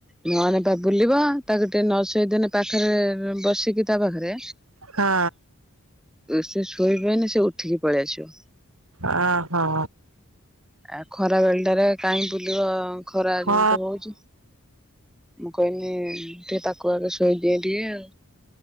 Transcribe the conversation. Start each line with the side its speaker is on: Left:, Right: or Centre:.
Centre: ନନେ ବା ବୁଲିବ। ତାକୁ ଟେ ନ ସେଇଦିନେ ପାଖରେ ବସିକି ତା ପାଖରେ।
Right: ହଁ
Centre: ସେ ଶୋଇବେନି ସେ ଉଠିକି ପଳେଇଆସିବ।
Right: ଓ ହୋ।
Centre: ଆ ଖରା ବେଳ ଟାରେ କାହିଁ ବୁଲିବ ଖରା
Right: ହଁ ହଁ
Centre: ଯେମତି ହଉଛି। ମୁଁ କହିଲି ଟିକେ ତାକୁ ଆଗେ ଶୋଇଦିଏ ଟିକେ ଆଉ।